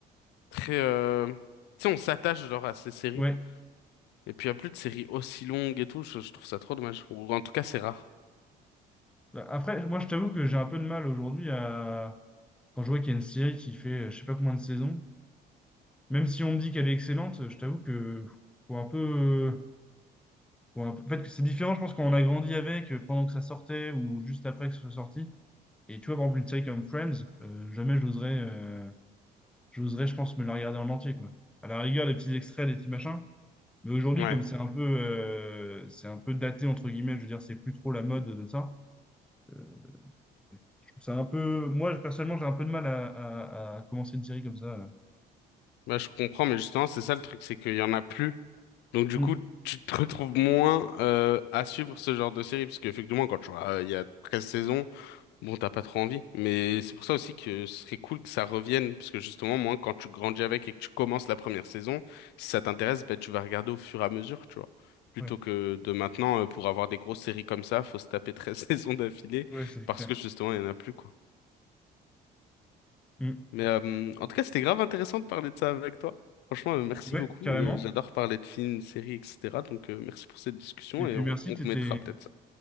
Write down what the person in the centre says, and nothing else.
ouais.
Bah, Après, moi, je t'avoue que j'ai un peu de mal aujourd'hui à. Quand je vois qu'il y a une série qui fait euh, je sais pas combien de saisons, même si on me dit qu'elle est excellente, je t'avoue que faut un peu. Ou un- En fait, que c'est différent, je pense, quand on a grandi avec, euh, pendant que ça sortait ou juste après que ce soit sorti. Et tu vois, par exemple, une série comme Friends, euh, jamais j'oserais, euh, j'oserais, je pense, me la regarder en entier, quoi. À la rigueur, les petits extraits, les petits machins. Mais aujourd'hui,
comme c'est un peu, euh, c'est un peu daté, entre guillemets, je veux dire, c'est plus trop la mode de ça. Euh, je trouve ça un peu, moi, personnellement, j'ai un peu de mal à, à- à commencer une série comme ça.
Mm.
Ouais,
ouais, c'est
clair.
Mm.
Ouais,
carrément.
Et puis
merci,
t'étais,